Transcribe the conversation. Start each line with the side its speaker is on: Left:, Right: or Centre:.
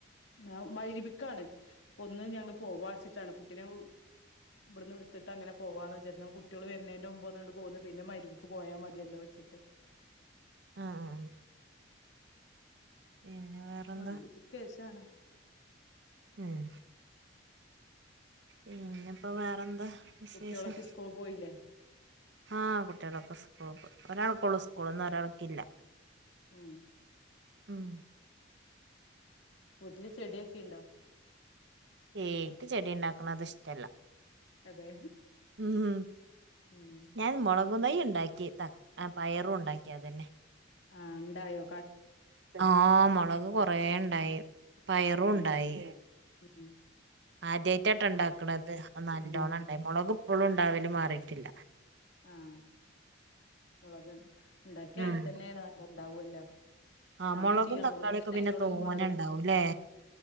Left: ഞാവു മഗ്രിബിക്കാണ് അപ്പൊ ഒന്ന് ഞങ്ങള് പോവാ വെച്ചിട്ടാണ് കുട്ടിനെ ഇവിടുന്ന് ഉടുത്തിട്ട് അങ്ങനെ പോവാന്ന് വിചാരിച് ന്ന കു കുട്ടിയൊൾ വര്നേന്റെ മുമ്പ് ഒന്നങ്ങട്ട് പോന്ന് പിന്നെ മഗ്രിബിക്ക് പോയാ മതിയല്ലോ വെച്ചിട്ട്
Right: ആ ആ ആഹ് പിന്നെ വേറെന്താ
Left: മഗ്‌രിബ്ക്കേഷാണ്
Right: ഉം പിന്നെപ്പോ വേറെന്താ വിശേഷം
Left: കുട്ടികളൊക്കെ സ്കൂൾ പോയില്ലേ
Right: ആഹ് കുട്ടികളൊക്കെ സ്കൂൾക്ക് ഒരാൾക്കൊള്ളൂ സ്കൂള് ഇന്നൊരാൾക്കില്ല
Left: ഉം
Right: ഉം
Left: വീട്ടില് ചെടിയൊക്കെ ഇണ്ടൊ
Right: ഏ ഇൻക് ചെടി ഇണ്ടാക്ക്ണത് ഇഷ്ടല്ല
Left: അതെ
Right: ഉം
Left: ഉം
Right: ഞാൻ മുളകും തയ്യ്ണ്ടാക്കി ത പയറും ഉണ്ടാക്കി അതന്നെ
Left: ആഹ് ഇണ്ടായോ
Right: ആഹ് മുളക് കൊറേ ഇണ്ടായി പയറൂണ്ടായി
Left: ഏ ഉം
Right: ആദ്യയിട്ടാട്ടൊ ഇണ്ടാക്ക്ണത് അത് നല്ലോണം
Left: ആ
Right: ഉണ്ടായി മുളക് ഇപ്പളും ഇണ്ടാവല് മാറീട്ടില്ല
Left: ആഹ് മുളക് ഇണ്ടാക്കിയ
Right: ഉം
Left: അങ്ങനെത്തന്നെയാണ് നല്ല ഉണ്ടാവൊല്ലോ
Right: ആ
Left: ഞാനും
Right: മുളകും
Left: ചീരമുളകിന്റെ
Right: തക്കാളിയൊക്കെ
Left: തയ്യോള്
Right: പിന്നെ തോനെ
Left: ഒരുപാട്
Right: ഉണ്ടാവൂല്ലേ